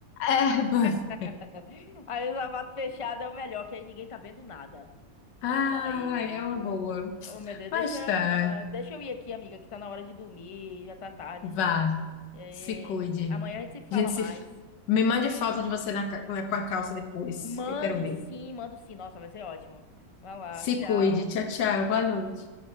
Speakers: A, on the left; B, on the left.
A: É, <laughs> bom.
B: <laughs> Aí o sapato fechado é o melhor, que aí ninguém tá vendo nada.
A: Ah,
B: Só eu.
A: é uma boa.
B: Oh, meu Deus,
A: Mas
B: deixa,
A: tá,
B: deixa eu ir aqui, amiga, que tá na hora de dormir. Já tá tarde
A: vá,
B: já. E aí,
A: se cuide.
B: amanhã a gente se fala
A: A gente
B: mais.
A: se. fa- Me mande foto de você na, ca- com a com a calça depois,
B: Mando
A: que eu quero ver.
B: sim, mando sim. Nossa, vai ser ótimo. Vai lá,
A: Se
B: tchau.
A: cuide. Tchau, tchau. Boa noite.